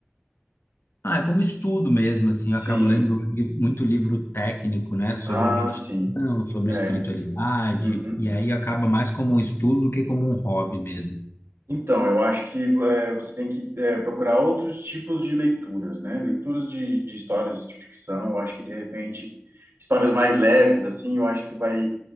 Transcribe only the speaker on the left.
ah, como estudo mesmo, assim,
eu acabo lendo um li- muito livro técnico, né, sobre
meditação,
sobre
espiritualidade,
e aí acaba mais como um estudo do que como um hobby mesmo,